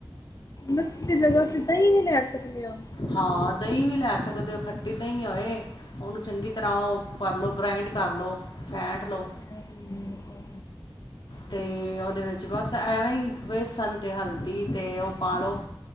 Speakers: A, on the left; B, on the left.
A: ਬਸੀ ਦੀ ਜਗ੍ਹ ਅਸੀਿੱਦਾਂ ਹੀ ਨ ਲੈ ਸਕਦੇ ਹਾਂ।
B: ਹਾਂ ਦਹੀਂ ਵੀ ਲੈ ਸਕਦੇ ਹੋ ਖੱਟੀ ਦਹੀਂ ਹੋਏ ਉਹਨੂੰ ਚੰਗੀ ਤਰ੍ਹਾਂ ਉਹ ਭਰ ਲਉ ਗ੍ਰਾਇੰਡ ਕਰ ਲਉ ਫੈਂਟ ਲਓ।
A: ਕਹਿ ਰਹੀ ਹੈ, ਆਹੋ।
B: ਤੇ ਉਹਦੇ ਵਿੱਚ ਬਸ ਐਵੇਂ ਹੀ ਬੇਸਣ ਤੇ ਹਲਦੀ ਤੇ ਉਹ ਪਾ ਲਓ